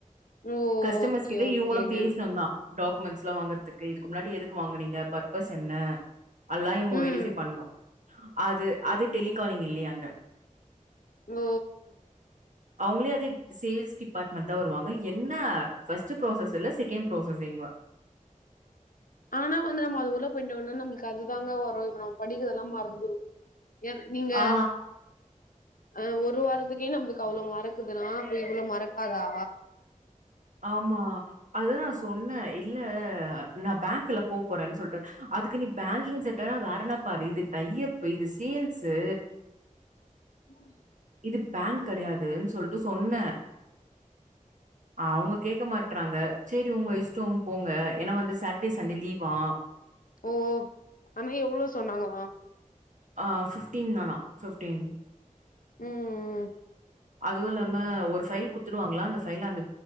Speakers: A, on the left; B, on the right.
A: ஓ
B: கஸ்டமர்ஸ்
A: ஓகே
B: கிட்ட
A: ஓகேங்க
B: இவுங்குளு பேசணுதா டாக்குமெண்ட்ஸ்லா வாங்கறதுக்கு இதுக்கு முன்னாடி எதுக்கு வாங்குனீங்க பர்பஸ் என்ன அல்லா இவுங்க
A: ம்
B: வெரிஃபை பண்ணு அது அது டெலிகாலிங் இல்லியா அங்க
A: ஓ
B: அவுங்களே அதே சேல்ஸ் டிபார்ட்மெண்ட்தா வருவாங்க என்ன ஃபர்ஸ்ட் ப்ராசஸ் இல்ல செகண்ட் ப்ராசஸிங்
A: ஆனா வந்து நம்ம அது உள்ள போயிட்டோனா நம்ளுக்கு அதுதாங்க வரு இப்ப நம்ப படிக்கிறதெல்லா மறந்துரு என்ன நீங்க
B: ஆ
A: அ ஒரு வாரத்துக்கே நம்பளுக்கு அவ்ளோ மறக்குதுன்னா அப்ப இவ்ளோ மறக்காதா
B: ஆமா அதுதா நா சொன்ன இல்ல நா பேங்க்ல போ போறேன்னு சொல்ட்டு அதுக்கு நீ பேங்கிங்ஸ் வேணா வேறன்னா பாரு இது டையப்பு, இது சேல்ஸ்சு
A: ஸ்கூலு
B: இது பேங்க் கடையாதுனு சொல்ட்டு சொன்ன அவுங்க கேக்க மாட் றாங்க சேரி உங்க இஷ்டோ போங்க ஏன்னா வந்து சாட்டர்டே சண்டே லீவா
A: ஓ ஆனா எவ்ளோ சொன்னாங்கவா
B: அ, ஃபிப்டீன் தானா ஃபிப்டீன்
A: ம் ம்
B: அதுவு இல்லாம ஒரு ஃபைல் குத்துடுவாங்களா அந்த ஃபைல்ல அந்த